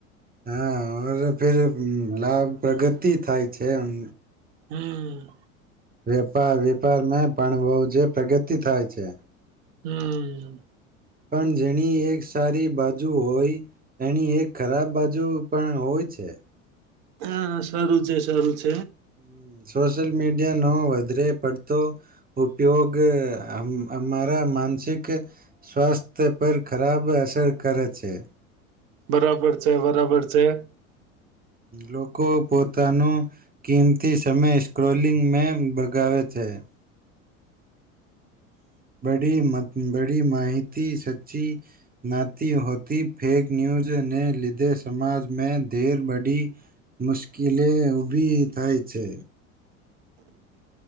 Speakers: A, on the right (about 20°); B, on the right (about 55°).
A: હા ઓર ફેર લાભ પ્રગતિ થાય છે અમ
B: હમ્મ
A: વેપાર વેપાર મેં પણ વહુ જે પ્રગતિ થાય છે.
B: હમ્મ
A: પણ જેણી એક સારી બાજુ હોય એણી એક ખરાબ બાજુ પણ હોય છે.
B: હા સારું છે સારું છે.
A: હમ્મ સોશલ મીડિયા. નો વધરે પડતો ઉપયોગ અમારા માનસિક સ્વાસ્થ્ય પર ખરાબ અસર કરે છે.
B: બરાબર છે બરાબર છે
A: લોકો પોતાનો કિંમતી સમય સ્ક્રોલિંગ મે બગાડે છે. બડી મ બડી માહિતી સચ્ચી જ્ઞાતી હોતી ફેક ન્યૂઝને લીધે સમાજમાં ધેર બડી મુશ્કેલી ઊભી થાય છે.